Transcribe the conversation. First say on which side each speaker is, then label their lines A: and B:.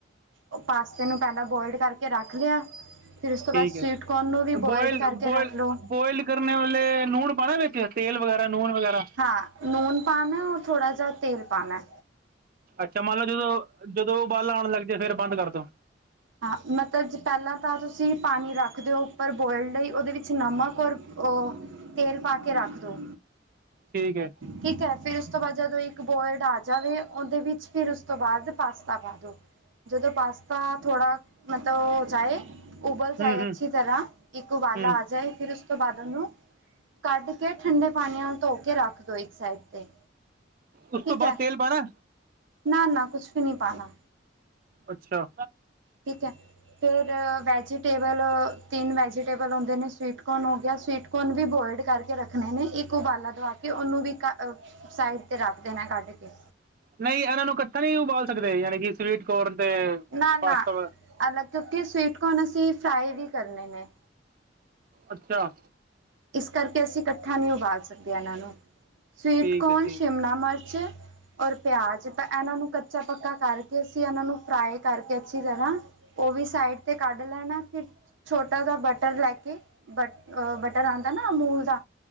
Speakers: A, on the right; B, on the right.
A: ਓ ਪਾਸਤੇ ਨੂੰ ਪੈਲਾਂ ਬੋਇਲਡ ਕਰਕੇ ਰੱਖ ਲਿਆ‌। ਫਿਰ ਉਸ ਤੋਂ ਬਾਦ
B: ਠੀਕ
A: ਸਵੀਟਕੋਰਨ
B: ਹੈ
A: ਨੂੰ ਵੀ
B: ਬੋਇਲ
A: ਬੋਇਲਡ ਕਰਕੇ
B: ਬੋਇਲ
A: ਰੱਖ ਲੋ।
B: ਬੋਇਲ ਕਰਨੇ ਵੇਲੇ ਨੂਨ ਪਾਣੈ ਵੇਚ, ਤੇਲ ਵਗੈਰਾ, ਨੂਣ ਵਗੈਰਾ?
A: ਹਾਂ, ਨੂਨ ਪਾਨੈ ਔਰ ਥੋੜਾ ਜਾ ਤੇਲ ਪਾਨੈ।
B: ਅੱਛਾ, ਮੰਨ ਲੋ ਜਦੋਂ ਜਦੋਂ ਉਬਾਲਾ ਆਣ ਲੱਗਜੇ ਫੇਰ ਬੰਦ ਕਰਦੋ।
A: ਹਾਂ, ਮਤਲਬ ਜ ਪੈਲਾਂ ਤਾਂ ਤੁਸੀਂ ਪਾਨੀ ਰੱਖਦੋ ਉੱਪਰ ਬੋਇਲਡ ਲਈ, ਉਦੇ ਵਿੱਚ ਨਮਕ ਔਰ ਔ ਤੇਲ ਪਾ ਕੇ ਰੱਖ ਦੋ।
B: ਠੀਕ ਹੈ
A: ਠੀਕ ਆ ਫਿਰ ਉਸ ਤੋਂ ਬਾਦ ਜਦੋਂ ਇੱਕ ਬੋਇਰਡ ਆ ਜਾਵੇ ਓਦੇ ਵਿੱਚ ਫਿਰ ਉਸ ਤੋਂ ਬਾਦ ਪਾਸਤਾ ਪਾ ਦੋ। ਜਦੋਂ ਪਾਸਤਾ ਥੋੜਾ, ਮਤ ਓ ਹੋ ਜਾਏ, ਉਬਲ ਜਾਏ
B: ਹੂੰ ਹੂੰ
A: ਅੱਛੀ ਤਰ੍ਹਾਂ, ਇੱਕ ਉਬਾਲਾ
B: ਹੂੰ
A: ਆ ਜਾਏ, ਫਿਰ ਉਸ ਤੋ ਉਸ ਤੋਂ ਬਾਦ ਓਹਨੂੰ, ਕੱਢ ਕੇ ਠੰਡੇ ਪਾਣੀ ਨਾਲ ਧੋ ਕੇ ਰੱਖ ਦੋ ਇੱਕ ਸਾਈਡ ਤੇ।
B: ਉਸ
A: ਠੀਕ
B: ਤੋਂ ਬਾਅਦ
A: ਹੈ
B: ਤੇਲ ਪਾਨੈ?
A: ਨਾ -ਨਾ ਕੁਛ ਵੀ ਨੀ ਪਾਣਾ।
B: ਅੱਛਾ।
A: ਠੀਕ ਐ। ਫੇਰ ਵੈਜੀਟੇਬਲ ਤਿੰਨ ਵੈਜੀਟੇਬਲ ਹੁੰਦੇ ਨੇ ਸਵੀਟਕਨ ਹੋ ਗਿਆ, ਸਵੀਟ ਕੋਨ ਬੀ ਬੋਇਡ ਕਰਕੇ ਰੱਖਣੇ ਨੇ ਇੱਕ ਉਬਾਲਾ ਦਵਾ ਕੇ ਓਨੂੰ ਵੀ ਕ ਸਾਈਡ ਤੇ ਰੱਖ ਦੇਨੈ ਕੱਢ ਕੇ।
B: ਨਾਈ ਐਨਾਂ ਨੂੰ ਕੱਠਾ ਨੀ ਉਬਾਲ ਸਕਦੇ ਯਾਨੀ ਕਿ ਸਵੀਟਕੋਰਨ ਤੇ
A: ਨਾ
B: ਪਾਸਤਾ
A: ਨਾ
B: ਵਗੈ
A: ਅਲੱਗ ਕਿਉਂਕਿ ਸਵੀਟਕੋਰਨ ਅਸੀਂ ਫਰਾਈ ਵੀ ਕਰਨੇ ਨੇ।
B: ਅੱਛਾ।
A: ਇਸ ਕਰਕੇ ਅਸੀਂ ਕੱਠਾ ਨੀ ਉਬਾਲ ਸਕਦੇ ਐਹਨਾਂ ਨੂੰ। ਸਵੀਟਕੋਰਨ,
B: ਠੀਕ ਹੈ ਠੀਕ
A: ਸ਼ਿਮਲਾ-ਮਰ ਚ ਔਰ ਪਿਆਜ ਤ ਐਨਾਂ ਨੂੰ ਕੱਚਾ-ਪੱਕਾ ਕਰਕੇ ਅਸੀਂ ਐਨਾਂ ਨੂੰ ਫਰਾਈ ਕਰਕੇ ਅੱਛੀ ਤਰ੍ਹਾਂ ਓ ਵੀ ਸਾਈਡ ਤੇ ਕੱਢ ਲੈਣਾ, ਫਿਰ ਛੋਟਾ ਜਾ ਬਟਰ ਲੈ ਕੇ ਬਟ ਅ ਬਟ ਆਂਦਾ ਨਾ ਅਮੂਲ ਦਾ